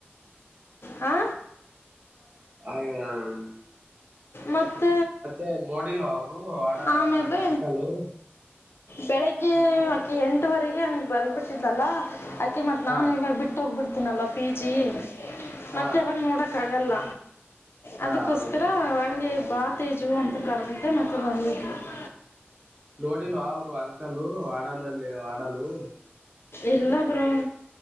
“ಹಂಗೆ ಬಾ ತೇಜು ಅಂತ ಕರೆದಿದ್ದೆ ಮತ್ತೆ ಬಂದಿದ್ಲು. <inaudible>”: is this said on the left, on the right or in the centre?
Left